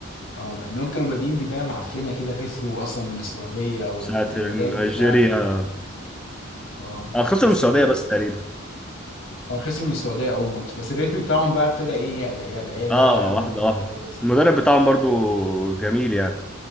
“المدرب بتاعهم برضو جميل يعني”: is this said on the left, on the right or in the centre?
Centre